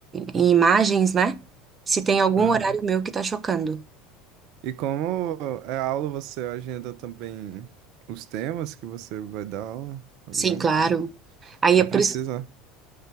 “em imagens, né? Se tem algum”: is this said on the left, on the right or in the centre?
Right